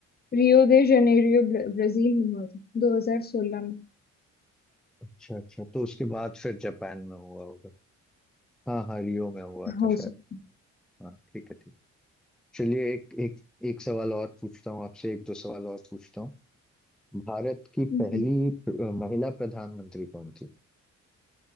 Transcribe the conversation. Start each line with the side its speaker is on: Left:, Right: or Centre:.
Left: रियो दे जनेरियो ब्र- ब्राजील में हुआ था 2016 में
Centre: अच्छा अच्छा तो उसके बाद फिर जापान में हुआ होगा हाँ हाँ रियो में हुआ था
Left: हो
Centre: शायद
Left: सकता
Centre: हाँ ठीक है ठीक चलिए एक एक एक सवाल और पूछता हूँ आपसे एक दो सवाल और पूछता हूँ भारत की
Left: जी,
Centre: पहली अ, महिला प्रधानमंत्री कौन थी